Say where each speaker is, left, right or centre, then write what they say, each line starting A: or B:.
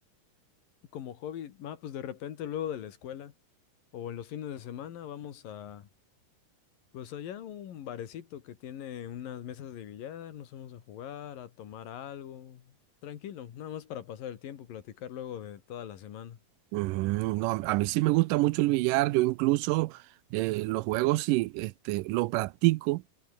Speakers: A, on the left (about 85°); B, on the right (about 80°).
A: Como hobby, ah, pues de repente luego de la escuela o en los fines de semana vamos a Pues allá un barecito que tiene unas mesas de billar, nos vamos a jugar, a tomar algo. Tranquilo, nada más para pasar el tiempo, platicar luego de toda la semana.
B: Mm, no, a a mí sí me gusta mucho el billar, yo incluso eh, los juegos sí, este, lo practico